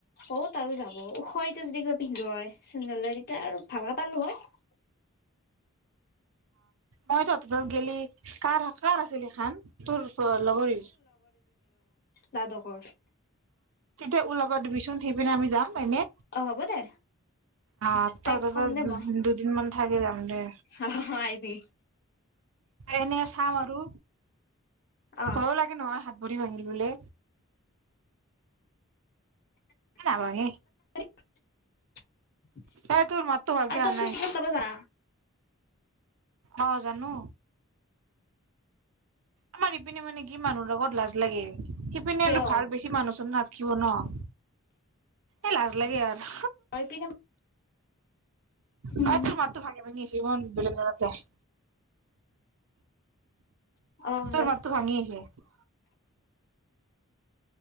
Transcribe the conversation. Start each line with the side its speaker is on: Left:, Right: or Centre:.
Left: অ ত আৰু যাব ওখইত তে যদি কিবা পিন্ধো হয় চেন্দেল তেতিয়া আৰু ভালকে পালো হয়।
Right: অ তো ত গেলি কাৰ কাৰ আছিল সেইখন তোৰ লগৰীৰ
Left: দ্বাদকৰ
Right: তেতিয়া উলব। দিবিচোন সেই পিনে আমি যাম এনে,
Left: অ হ'ব দে
Right: আহ ত
Left: তাইক
Right: ততে
Left: কম দে
Right: দু
Left: মই
Right: দুদিন মান থাকি যাম। দে
Left: অ আহিবি
Right: এনে চাম আৰু
Left: অ
Right: ভয়ও লাগে নহয় হাত ভৰি ভাঙিল বোলে? নাভাঙে।
Left: <inaudible>
Right: এ তোৰ মাততো ভালকে
Left: আৰু
Right: অহা
Left: ত
Right: নাই
Left: চোন চাব জানা।
Right: অ জানো। আমাৰ ইপিনে মানে কি মানুহৰ লগত লাজ। লাগে সেইপিনে
Left: কিয়
Right: আৰু ভাল বেছি মানুহ চানুহ নাথ কিয় ন? এ লাজ লাগে আৰ।
Left: তই পিনে উম
Right: হয় টো মাতটো ভাঙি ভাঙি আহিছে। যিমান বেলেগ যায়।
Left: অ
Right: তোৰ
Left: ৰ
Right: মাতটো ভাঙি আহিছে।